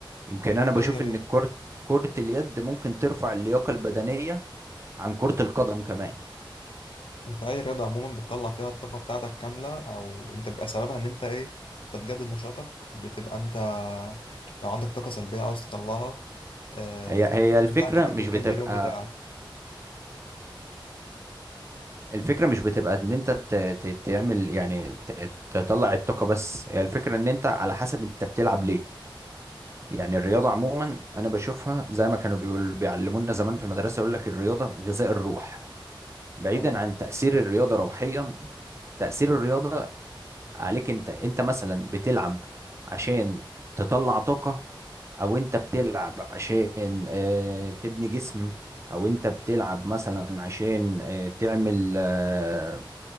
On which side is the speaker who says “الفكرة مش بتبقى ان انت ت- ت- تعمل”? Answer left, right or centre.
Right